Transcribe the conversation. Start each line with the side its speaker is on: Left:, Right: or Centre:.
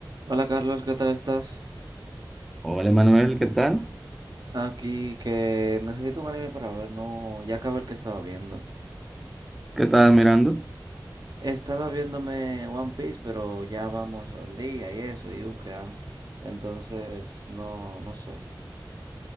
Right: Hola Carlos, ¿qué tal estás?
Centre: Hola Manuel, ¿qué tal?
Right: Aquí que necesito un anime para ver, no, ya acabé el que estaba viendo.
Centre: ¿Qué estabas mirando?
Right: Estaba viéndome One Piece, pero ya vamos al día y eso, y UCA. Entonces, no, no sé.